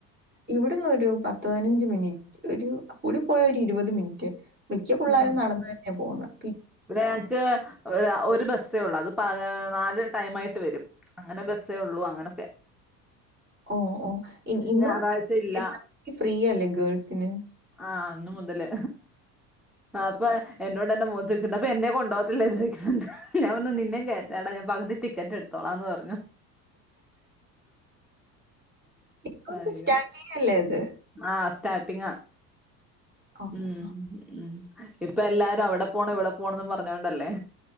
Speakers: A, on the right; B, in the centre.
A: ഇവിടന്ന് ഒരു പത്ത് പതിനഞ്ച് മിനിറ്റ് ഒരു കൂടി പോയ ഒരു ഇരുപത് മിനിറ്റ് മിക്ക പിള്ളേരും
B: ഉം
A: നടന്നു തന്നെ പോകുന്നത്
B: ഇവിടെ ഞങ്ങക്ക് <unintelligible> ഒരു ബസ്സേ ഒള്ളു അത് പ നാല് ടൈം ആയിട്ട് വരും അങ്ങനെ ബസ്സേ ഉള്ളു അങ്ങനൊക്കെ
A: ഓ ഓ ഇന്ന്
B: ഞായറാഴ്ച
A: തൊട്ട് കെ
B: ഇല്ല
A: എസ് ർ ടീ സി ഫ്രീയല്ലേ ഗേൾസിന്
B: ആ ഇന്ന് മുതല് അപ്പൊ എന്നോട് എന്റെ മോൻ ചോദിക്ക്ണ്ട് അപ്പൊ എന്നെ കൊണ്ട്പോകത്തില്ലേ ന്ന് ചോദിക്ക്ണ്ട് ഞാൻ പറഞ്ഞുനിന്നെകയറ്റടാ ഞാൻ പകതി ടിക്കറ്റ് എടുത്തോളാന്ന് പറഞ്ഞു
A: ഇപ്പണ്ട്
B: അയ്യോ
A: സ്റ്റാർട്ട് ചെയ്യല്ലേ ഇത്
B: ആഹ് സ്റ്റാർട്ടിങ്ങാ
A: ആഹ്.
B: ഉം ഉം ഇപ്പ എല്ലാരും അവിടെ പോണം ഇവിടെ പോണംന്ന് പറഞ്ഞോണ്ടല്ലേ